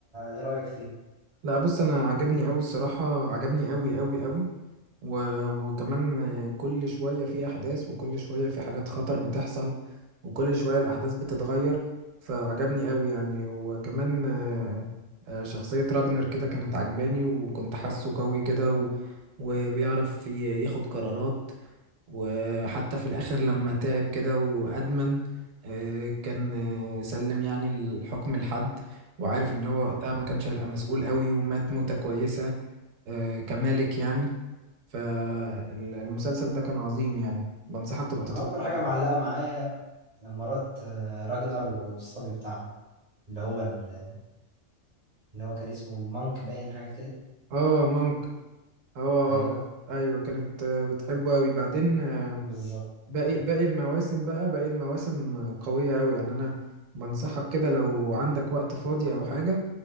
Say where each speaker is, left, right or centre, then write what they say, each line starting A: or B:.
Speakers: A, on the right; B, on the right.
A: ايه رايك فيه
B: لا بص انا عجبني قوي الصراحه عجبني قوي قوي قوي و... وكمان آه، كل شويه في احداث وكل شويه في حاجات خطر بتحصل وكل شويه الاحداث بتتغير فعجبني قوي يعني وكمان آه، آه، شخصيه راجنر كده كانت عجباني وكنت حاسه قوي كده و... وبيعرف ي- ياخد قرارات وحتى في الآخر لما تعب كده وأدمن آه، كان آه، سلم يعني الحكم لحد وعارف إن هو
A: مم.
B: وقتها ما كانش هيبقى مسؤول قوي ومات موتة كويسة آه، كمالك يعني فالمسلسل ده كان عظيم يعني بنصحك تبقى تتفرج
A: انا اكتر حاجه
B: عليه
A: معلقه معايا مرات آه، راجنر والصبي بتاعهم اللي هو ال- اللي هو كان اسمه المانك باين حاجه كده
B: اه مونك اه آه،
A: ايوه
B: آه. ايوه كانت آه، بتحبه قوي بعدين آه،
A: بالظبط
B: باقي باقي المواسم بقى باقي المواسم قوية أوي يعني أنا بنصحك كده لو عندك وقت فاضي أو حاجة